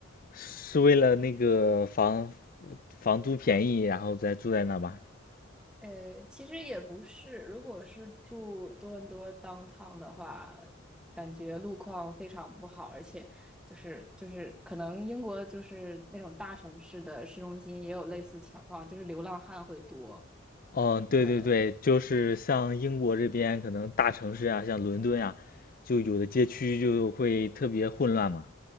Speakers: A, on the left; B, in the centre.
A: 是为了那个房房租便宜，然后再住在那吧？
B: 呃，其实也不是，如果是住多伦多 downtown 的话，感觉路况非常不好，而且就是就是可能英国就是那种大城市的市中心也有类似情况，就是流浪汉会多。
A: 嗯，对对对，
B: 对，
A: 就是像英国这边可能大城市啊，像伦敦啊，就有的街区就会特别混乱嘛。